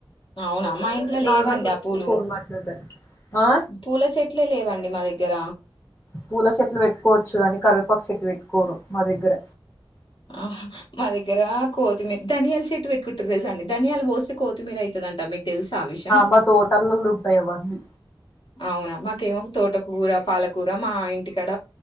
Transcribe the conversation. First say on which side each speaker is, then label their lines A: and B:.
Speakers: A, on the left; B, on the left.
A: అవునా మా ఇంట్లో లేవండి
B: నార్మల్గా వచ్చిన
A: ఆ పూలు
B: ఫోన్ మాట్లాడడానికి ఆ
A: పూల చెట్ ఇట్ల లేవండి మా దగ్గర
B: పూల చెట్లు పెట్టుకోవచ్చు అని కరివేపా చెట్టు పెట్టు కోరు మా దగ్గర
A: ఆహా! మా దగ్గర కొత్తిమీర ధనియాలు చెట్టు పెట్టుకుంటారు తెలుసండి ధనియాలు పోస్తే కోతిమీర ఐతదండి అంట మీకు తెల్స ఆ విషయం
B: మా తోటలలో ఉంటాయి అవన్నీ
A: అవునా మాకేమో తోటకూర పాలకూర మా ఇంటి కాడ